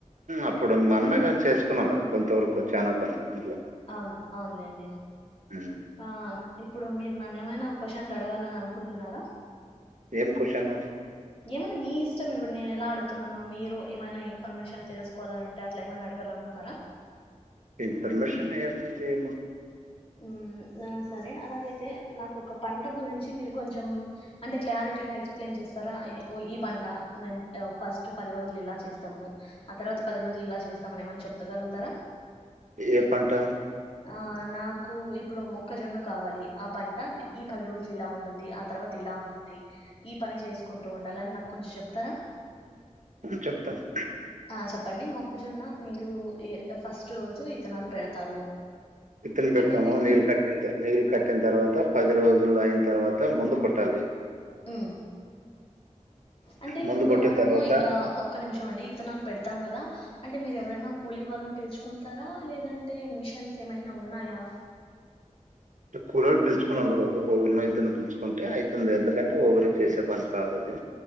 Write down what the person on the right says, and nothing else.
అప్పుడు మనమే కా చేసుకునాల కొంతవరకు చనా పని ఇంట్లో
ఉమ్.
ఏం క్యూస్షన్.
ఇన్ఫర్మిషన్ ఏముంది ఏమో.
ఏ పంట.
మ్మ్ చెప్తాను.
ఇత్తనం పెడతాము
నీళ్ళు కట్టిన నీళ్ళు కట్టిన తర్వాత పది రజులు అయి. తర్వాత మందు కొట్టాలి.
ముందు
కొట్టిన
తర్వాత
అంటే కూలోల్లు పిలుచుకొని ఒకరినో ఇద్దరినో పిలుచుకుంటే అవుతుంది. ఎందుకంటే ఒకరే చేసే పని కాదు అది.